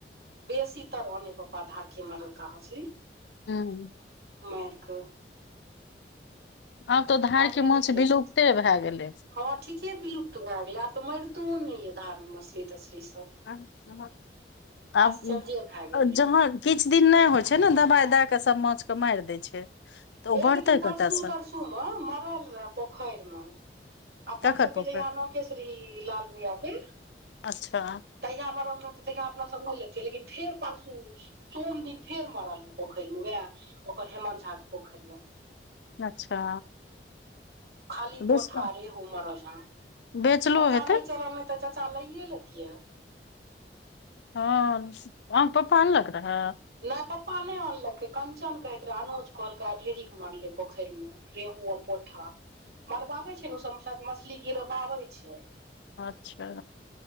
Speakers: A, on the right; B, on the left.
A: बेसी तर ओने पापा धारकेी मरलका मछली
B: हँ
A: उरक।
B: आब तऽ धार के
A: नहि
B: माछ
A: निकलै
B: विलुप्ते
A: छै
B: भए गेलै
A: हँ ठीके बिलुप्त भए गेलै आब तऽ मारितो ने या धार मे मछली तछली सब
B: <inaudible> आब
A: आश्चर्ये भए गेलै
B: जहाँ
A: हँ
B: किछ दिन नय होइ छै न दवाइ दए कऽ सब माछके माइर दै छै तऽ ओ
A: हे
B: बढ़तै
A: लेकिन परसू
B: कतयसँ
A: तरसू मे मरल रहय पोखरि मे अपन
B: ककर
A: सभके
B: पोखरि
A: जहिया नौ केश रहै लाल भैया के
B: अच्छा
A: तहिया मरल रहतै तहिया अपना सब नय लेतियै लेकिन फेर परसू सोम दिन फेर मरल हे पोखेर मे उएह ओकर हेमत झा के पोखेर म
B: अच्छा
A: खाली
B: बेच
A: पोठारी एगो मरल ह
B: बेचलो
A: पता
B: हेतै
A: नय चलल नय तऽ चाचा लैए लेतियै
B: हँ अहाँ क पप्पा आनलक रहै
A: नय पप्पा नय अनलकै कंचन कहैत रहे अनोज कहलकै ढेरिक मरले पोखरि मे रेहू आ पोठा मरबाबै छै ने ओ सभ मतलब मछली गिरबाबै छै
B: अच्छा